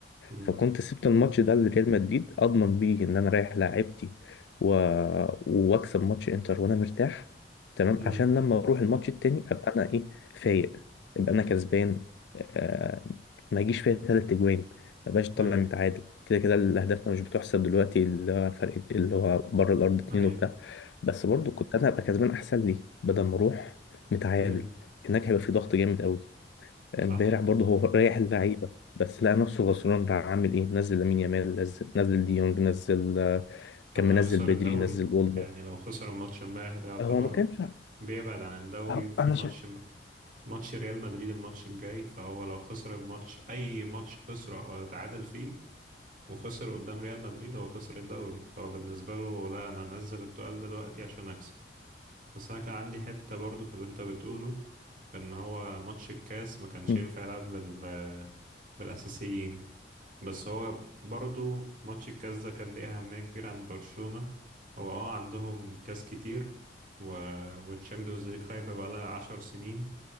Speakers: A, on the right; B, on the left.
A: مم.
B: فكنت سبت الماتش ده لريال مدريد اضمن بيه ان انا رايح لاعبتي و... واكسب ماتش انتر وانا مرتاح تمام
A: مم.
B: عشان لما اروح الماتش التاني ابقى انا ايه فايق ابقى انا كسبان آه... ما يجيش فيا تلات اجوان ما بقاش طالع
A: أيوة
B: متعادل كده كده الاهداف مش بتحسب دلوقتي اللي هو فرق اللي هو بره الارض اتنين
A: أيوة
B: وبتاع بس برضو كنت انا ابقى كسبان احسن لي بدل ما اروح متعادل
A: مم.
B: هناك هيبقى في ضغط جامد قوي امبارح
A: صح
B: برضه هو ريح اللعيبه بس لقى نفسه غصران بقى عامل ايه نزل لامين يامال نزل نزل ديونج نزل آه،
A: كان
B: كان منزل
A: هيخسر
B: بدري
A: الدوري
B: نزل اولمو
A: يعني لو خسر الماتش امبارح ده يعتبر
B: هو ما كانش
A: بيبعد عن الدوري
B: أه،
A: وفي
B: انا
A: ماتش
B: شايف
A: ماتش ريال مدريد الماتش الجاي فهو لو خسر الماتش أي ماتش خسره أو اتعادل فيه وخسر قدام ريال مدريد هو خسر الدوري فهو بالنسبة له لا أنا هنزل التقال دلوقتي عشان أكسب بس انا كان عندي حتة برضو في اللي انت بتقوله ان هو ماتش الكاس ما كانش
B: مم.
A: ينفع يلعب بال بالاساسيين بس هو برضو ماتش الكاس ده كان ليه اهمية كبيرة عند برشلونة هو اه عندهم كاس كتير و... والتشامبيونز ليج خايبة بقالها عشر سنين